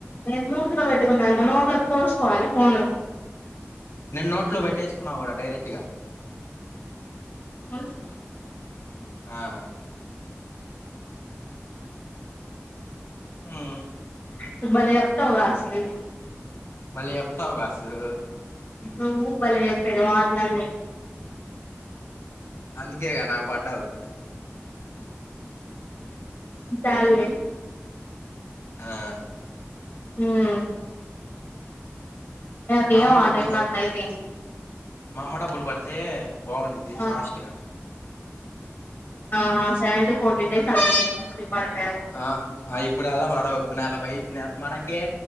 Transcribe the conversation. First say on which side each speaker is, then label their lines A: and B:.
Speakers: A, on the left; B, on the left.
A: నేను మూతిలో పెట్టుకున్నా ఇంకా నోట్లోకి తోసుకోవాలి ఫోను.
B: నేను నోట్లో పెట్టేసుకున్నా కూడా డైరెక్ట్గా.
A: నువ్వు
B: ఆహ్. ఉమ్.
A: సు భలే చెప్తావుగా అసలు.
B: భలే చెప్తావుగా అసలు.
A: నువ్వు భలే చెప్పేది మాటలన్నీ.
B: అందుకేగా నాకు పడ్డావు.
A: చాలులే.
B: ఆహ్.
A: ఉమ్ నాకేం
B: మా అమ్మ
A: ఆ
B: డబ్బులు
A: టైంలో
B: ప
A: అట్లా అయిపోయింది.
B: మా అమ్మ డబ్బులు పడితే బాగుండిద్ది
A: ఆ
B: ఫాస్ట్గా.
A: ఆహ్ సెవెత్ పోర్టిన్ డేస్. అలా ఎప్పటికి పడతాయో
B: ఆహ్ ఆ ఇప్పుడు అలా పడవు. నలభై ఐదు నెల్ మనకే